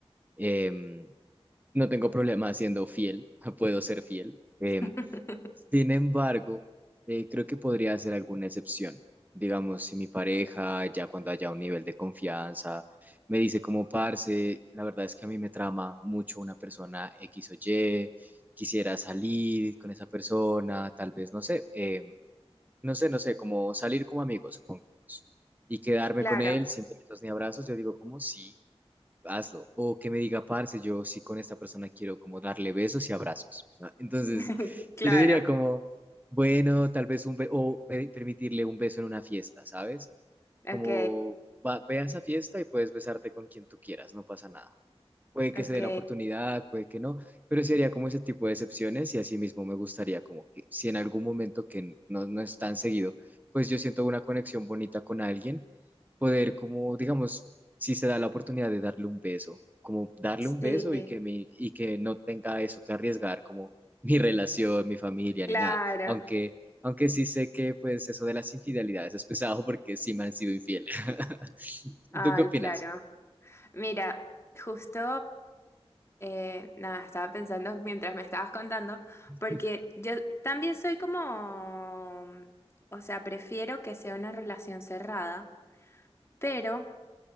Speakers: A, on the right; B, on the left.
A: Em, no tengo problema siendo fiel, <laughs> puedo ser fiel. em,
B: <laughs>
A: sin embargo, eh, creo que podría ser alguna excepción. Digamos, si mi pareja, ya cuando haya un nivel de confianza, me dice como parce, la verdad es que a mí me trama mucho una persona X o Y, quisiera salir con esa persona, tal vez, no sé, eh, no sé, no sé, como salir como amigos, supongamos, y quedarme
B: Claro,
A: con él sin besos ni abrazos, yo digo como sí, hazlo. O que me diga, parce, yo sí con esta persona quiero como darle besos y abrazos. ¿no? <laughs> Entonces,
B: <laughs> claro.
A: yo le diría como, bueno, tal vez un beso, o pe- permitirle un beso en una fiesta, ¿sabes?
B: Ok,
A: Como, va, ve a esa fiesta y puedes besarte con quien tú quieras, no pasa nada puede que
B: ok.
A: se dé la oportunidad, puede que no, pero sí haría como ese tipo de excepciones y así mismo me gustaría como que si en algún momento que no, no es tan seguido, pues yo siento una conexión bonita con alguien, poder como, digamos, si se da la oportunidad de darle un beso, como darle
B: Sí,
A: un beso y que, mi, y que no tenga eso que arriesgar como <laughs> mi relación, mi familia,
B: claro.
A: ni nada, aunque... Aunque sí sé que pues eso de las infidelidades es pesado porque sí me han sido infiel. <laughs>
B: Ay,
A: ¿Tú qué opinas?
B: claro. Mira, justo, eh, nada, estaba pensando mientras me estabas contando, porque
A: <laughs>
B: yo también soy como, o sea, prefiero que sea una relación cerrada, pero